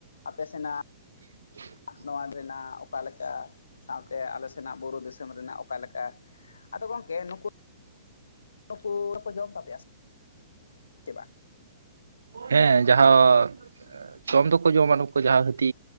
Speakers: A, on the left; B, on the right.
A: ᱟᱯᱮ ᱥᱮᱱᱟᱜ
B: <inaudible>
A: ᱱᱚᱣᱟ ᱨᱮᱱᱟᱜ ᱚᱠᱟᱞᱮᱠᱟ ᱥᱟᱶᱛᱮ ᱟᱞᱮ ᱥᱮᱱᱟᱜ ᱵᱩᱨᱩ ᱫᱤᱥᱚᱢ ᱨᱮᱱᱟᱜ ᱚᱠᱟ ᱚᱠᱟ ᱞᱮᱠᱟ ᱟᱫᱚ ᱜᱚᱢᱠᱮ ᱱᱩᱠᱩ ᱱᱩᱠᱩᱠᱚ ᱡᱚᱢ ᱛᱟᱯᱮᱭᱟ ᱥᱮ ᱵᱟᱝ
B: ᱦᱮᱸ ᱡᱟᱦᱟᱸ ᱡᱚᱢ ᱫᱚᱠᱚ ᱡᱚᱢᱟ ᱱᱩᱠᱩ ᱡᱟᱦᱟᱸ ᱦᱟᱹᱛᱤ